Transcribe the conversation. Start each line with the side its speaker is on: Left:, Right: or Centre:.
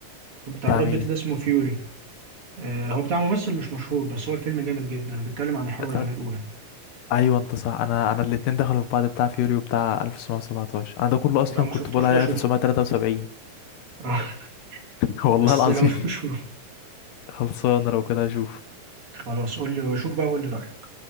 Right: بتاع
Left: بتاع
Right: براد
Left: مين
Right: بيت ده اسمه فيوري آه هو بتاع ممثل مش مشهور بس هو الفيلم جامد جدا وبيتكلم عن الحرب
Left: بتاع-
Right: العالمية الأولى
Left: ايوه انت صح انا انا الاتنين دخلوا في بعض بتاع فيوري وبتاع 1917 انا ده كله اصلا
Right: لو ما
Left: كنت
Right: شفتوش
Left: بقول عليه
Right: ده شوفه
Left: 1973
Right: <laughs> آه.
Left: <laughs> والله
Right: بس
Left: العظيم
Right: لو ما شفتوش
Left: <laughs> خلصان لو كده اشوف
Right: خلاص قول لي شوف بقى وقول لي رأيك